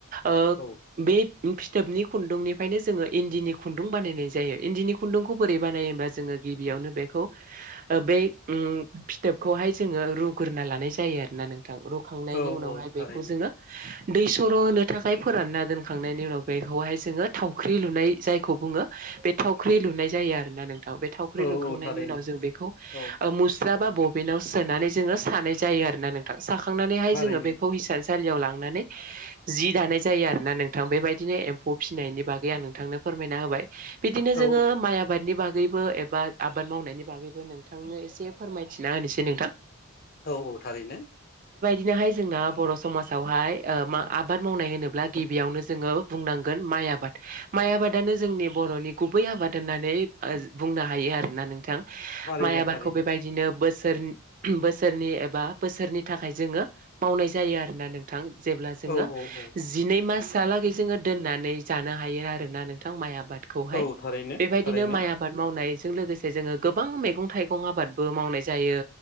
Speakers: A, on the right; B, on the left.
A: ओ
B: औ
A: बे फिथोबनि खुन्दुंनि फ्रायनो जोङो इन्दिनि खुन्दुं बानायनाय जायो इन्दिनि खुन्दुंखौ बोरै बानायोबब्ला जोङो गिबियावनो बेखौ ओ बे बै उम फिथोब खौहाय जोङो रुगोरना लानाय जायो आरोना नों थां रुखांनायनि
B: औ
A: उनावहाय
B: औ थारैनो
A: बेखौ जोङो दै सर' होनो थाखाय फोरानना दोनखां नायनि उनाव बेखौहाय जोङो थावख्रि लु नाय जायखौ बुङो बे थावख्रि लुनाय जायो आरो ना नों थाव बे थावख्रि
B: औ
A: लुखांनायनि
B: औ थारैनो
A: उनाव जों बेखौ
B: औ
A: ओ मुस्रा बा बबेनाव सोनानै जोङो सानाय जायो आरोना नोंथां साखां नानै हाय
B: थारैनो
A: जोङो बेखौ हिसान सालियाव लांनानै जि दानाय जायो आरो ना नोंथां बेबायदिनो एम्फौ फिनायनि बागै आं नों थांनो फोरमायना होबाय बिदिनो
B: औ
A: जोङो माइ आबादनि बागै बो एबा आबाद मावनायनि बागैबो नोंथांनो एसे फोरमायथिना होनोसै नोंथां।
B: औ औ थारैनो।
A: बिनो हाय जोंना बर' समाजाव हाय ओ मा आबाद मावनाय होनोब्ला गिबियावनो जोङो बुंनांगोन माइ नि आबाद। माइ आबादानो जोंनि बर'नि गुबै आबाद होननानै ओ बुंनो हायो आरोना नोंथां।
B: थारैनो
A: माइ आबादखौ
B: थारैनो
A: बेबायदिनो बोस सोर बोसोरनि एबा बोसोरनि थाखाय जोङो मावनाय जायो आरोना नोंथां। जेब्ला जोङो
B: औ औ
A: जिनै मास हा लागै जोङो दोननानै जानो हायो आरोना नोंथां माइ आ आबाद खौहाय
B: औ थारैनो
A: बेबायदिनो
B: थारैनो
A: माइ आबाद मावनाय जों लोगोसे जोङो गोबां मैगं थाइगं आबादबो मावनाय जायो